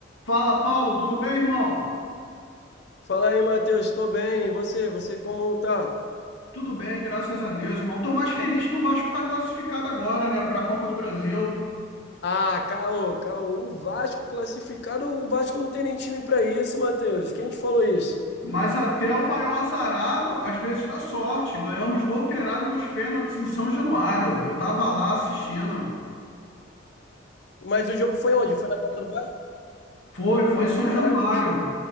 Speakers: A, on the left; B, on the left.
A: Fala, Paulo, tudo bem, irmão?
B: Fala aí, Matheus, estou bem. E você? Você como tá?
A: Tudo bem, graças a Deus, irmão. Tô mais feliz que o Vasco está classificado agora, né, para a Copa do Brasil.
B: Ah, caô, caô. O Vasco classificado, o Vasco não tem nem time pra isso, Matheus. Quem te falou isso?
A: Mas até o maior azarado, às vezes dá sorte. Ganhamos do Operário nos pênaltis em São Januário. Eu tava lá assistindo.
B: Mas o jogo foi onde? Foi na casa do Vasco?
A: Foi, foi em São
B: Caraca,
A: Januário.
B: tiro.